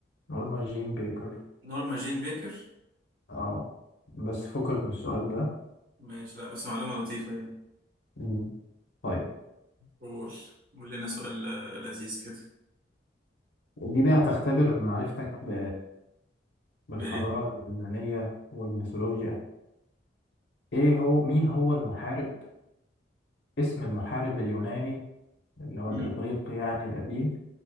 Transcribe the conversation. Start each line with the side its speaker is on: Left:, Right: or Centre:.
Left: نورما جين بيكر
Right: نورما جين بيكر
Left: اه بس فكك من السؤال ده
Right: ماشي لا بس معلومة لطيفة يعني
Left: مم. طيب
Right: قول قول لنا سؤال آه، لذيذ كده
Left: دي بقى هتختبر معرفتك ب... بالحضارة
Right: بإيه؟
Left: اليونانية والميثولوجيا ايه هو مين هو المحارب اسم المحارب اليوناني اللي هو
Right: مم.
Left: الإغريقي يعني القديم